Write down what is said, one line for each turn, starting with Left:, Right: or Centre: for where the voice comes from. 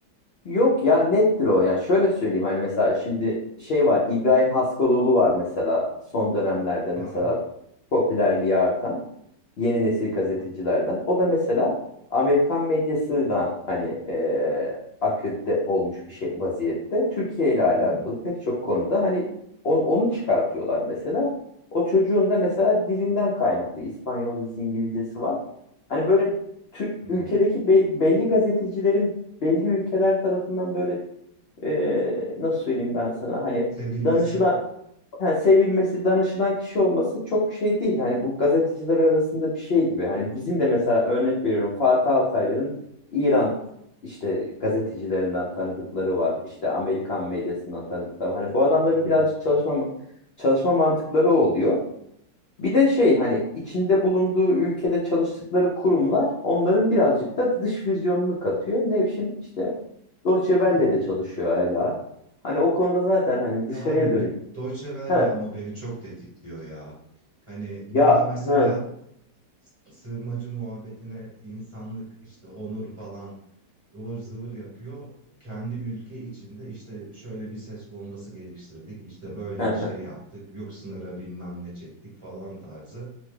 Left: yok ya nettir o. Yani şöyle söyleyeyim hani mesela şimdi şey var İbrahim Haskaloğlu var mesela son dönemlerde mesela
Right: Aha.
Left: popülerliği artan yeni nesil gazetecilerden. O da mesela Amerikan medyasına hani e, akredite olmuş bir şey vaziyette. Türkiye ile alakalı
Right: Hmm.
Left: pek çok konuda hani o- onu çıkartıyorlar mesela. O çocuğun da mesela dilinden kaynaklı İspanyolcası, İngilizcesi var. Hani böyle Türk
Right: Hmm.
Left: ülkedeki be- belli gazetecilerin belli ülkeler tarafından böyle e, nasıl söyleyeyim ben sana hani
Right: Sevilmesi.
Left: danışılan ha, sevilmesi, danışılan kişi olması çok şey değil. Hani bu gazeteciler arasında bir şey gibi. Hani bizim de mesela örnek veriyorum Fatih Altaylı'nın İran işte gazetecilerinden tanıdıkları var. İşte Amerikan medyasından tanıdıkları var. Hani bu adamların
Right: Hı hı.
Left: birazcık çalışma çalışma mantıkları oluyor. Bir de şey hani içinde bulunduğu ülkede çalıştıkları kurumlar onların birazcık da dış vizyonunu katıyor. Nevşin işte Deutsche
Right: E
Left: Welle'de
Right: tabii.
Left: çalışıyor hala. Hani o konuda zaten hani dışarıya
Right: Ya abi
Left: dönük
Right: Do- Deutsche Welle
Left: He,
Right: ama beni çok tetikliyor ya. Hani burada
Left: Ya
Right: mesela
Left: hı,
Right: sığınmacı muhabbetine insanlık işte onur falan ıvır zıvır yapıyor. Kendi ülke içinde işte şöyle bir ses bombası geliştirdik, işte böyle
Left: hı, hı.
Right: bir şey yaptık, yok sınıra bilmem ne çektik falan tarzı